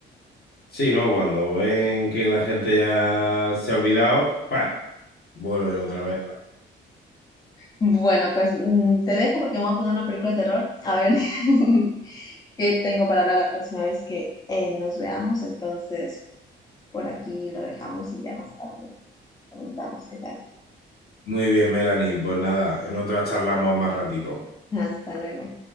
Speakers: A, on the left (about 55°); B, on the left (about 20°).
A: Sí, ¿no? Cuando ven que la gente ya se ha olvidado, pues vuelven otra vez.
B: Bueno, pues mm, te dejo porque me voy a poner una película de terror. A ver <laughs> qué tengo para hablar la próxima vez que eh, nos veamos. Entonces, por aquí lo dejamos y ya más tarde comentamos qué tal.
A: Muy bien, Melanie. Pues nada, en otra charlamos más ratico.
B: Hasta luego.